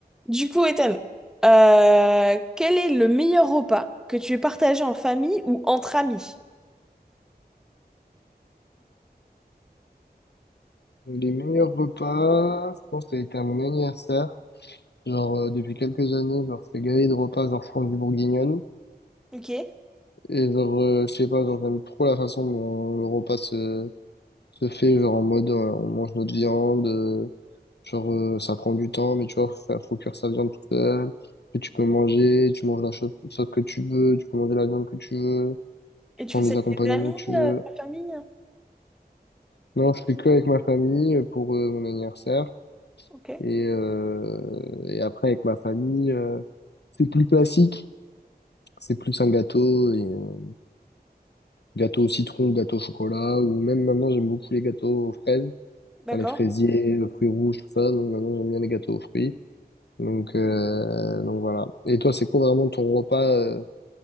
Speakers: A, in the centre; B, on the left.
A: Du coup, Ethan, euh, quel est le meilleur repas que tu aies partagé en famille ou entre amis?
B: Les meilleurs repas, je pense que ça a été à mon anniversaire. Genre, euh, depuis quelques années, genre, je fais galer de repas, genre, France du Bourguignonne.
A: Ok. Et
B: Et genre, euh, je sais pas, genre, j'aime trop la façon dont le repas se, se fait, genre, en mode, euh, on mange notre viande, euh, genre, euh, ça prend du temps, mais tu vois, faut, faire- faut cuire sa viande tout seul. Et tu peux manger, tu manges la chose, sauce que tu veux, tu peux manger la viande que tu veux,
A: tu
B: tu prends
A: fais
B: les
A: ça avec
B: accompagnements
A: tes amis,
B: que tu
A: euh,
B: veux.
A: ta famille?
B: Non, je fais que avec ma famille euh, pour, euh, mon anniversaire.
A: Ok,
B: Et, euh, et après, avec ma famille, euh, c'est plus classique. C'est plus un gâteau, et, euh, gâteau au citron, gâteau au chocolat, ou même maintenant, j'aime beaucoup les gâteaux aux fraises,
A: d'accord.
B: enfin, les fraisiers, euh, fruits rouges, tout ça. Donc maintenant, j'aime bien les gâteaux aux fruits. Donc, euh, donc voilà. Et toi, c'est quoi vraiment ton repas, euh,